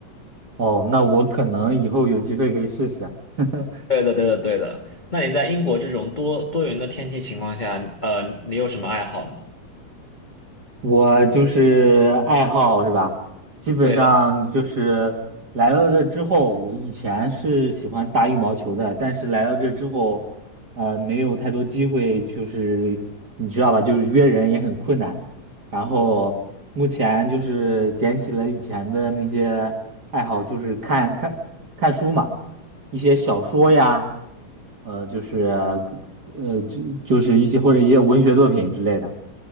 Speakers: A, on the right; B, on the left.
A: 哦，那我可能以后有机会可以试试。<laughs>
B: 对的，对的，对的。那你在英国这种多多云的天气情况下，呃，你有什么爱好呢？
A: 我就是爱好是吧？基本上就是来到这之后，
B: 对的。
A: 我以前是喜欢打羽毛球的，但是来到这之后，呃，没有太多机会，就是你知道吧，就是约人也很困难。然后目前就是捡起了以前的那些爱好，就是看看看书嘛，一些小说呀，呃，就是呃，就就是一些或者也有文学作品之类的。